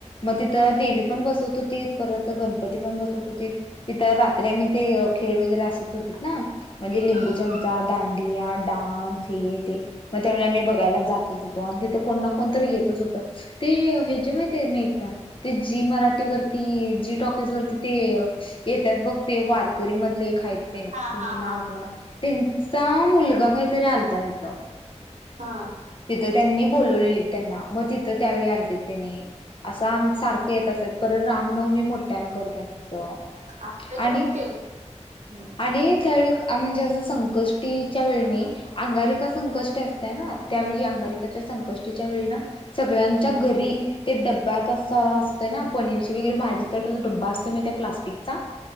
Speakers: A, on the left (about 45°); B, on the right (about 80°).
A: मग तिथं देवी पण बसत होती. परत गणपती पण बसत होतीत. तिथं रात्री आमी ते खेळ वगैरे असत होतेत ना. म्हणजे लिंबू
B: हम्म
A: चम चा, दांडीया, डान्स हे ते. मग त्यावेळी आम्ही बघायलाच जातच होतो. आणि तिथं कोण ना कोणतर येतच होतं. ते हे जे माहित आहे का नेता ते जी मराठीवरती जी टॉकीज वरती ते येतात बघ ते वारकरी मधले आहेत ते त्यांचं
B: हा हा
A: नाव
B: हा
A: आठवना. त्यांचा मुलगा काहीतरी आलता तिथं,?
B: हा.
A: तिथं त्यांनी बोलवलेली त्यांना. मग तिथं त्यावेळी आलतीत त्यांनी. असं आम सारखं येत असतात. परत रामनवमी मोठ्यान करतात तिथं.
B: हा आमच्या इथं
A: आणि
B: पण केलती हम्म
A: आणि त्यावेळी म्हणजे असं संकष्टीच्या वेळ मी. अंगारिका संकष्ट असत्या ना. त्यावेळी अंगारिकाच्या संकष्टीच्या वेळी ना, सगळ्यांच्या
B: हम्म हम्म
A: घरी ते डब्यात अस. तय ना. पनीरची वैगरे भाजीचा आणि त्यांच्यात डबा असतो म त्या प्लास्टिकचा